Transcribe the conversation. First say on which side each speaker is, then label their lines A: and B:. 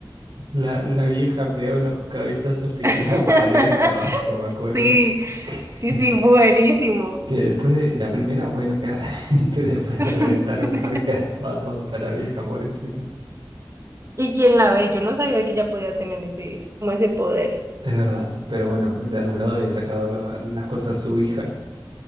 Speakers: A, on the right; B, on the right.
A: la, la vieja pegó unos cabezazos que
B: <laughs>
A: tiraba paredes abajo, me acuerdo.
B: Sí,
A: <laughs>
B: sí,
A: Que,
B: sí,
A: que
B: buenísimo.
A: que después de la primera, bueno, queda re- <laughs> pero después
B: <laughs>
A: de reventar un par, queda toda tonta la vieja, pobrecita.
B: ¿Y quién la ve? Yo no sabía que ella podía tener ese, como ese poder.
A: Es verdad, pero bueno, de algún lado había sacado lo- las cosas su hija.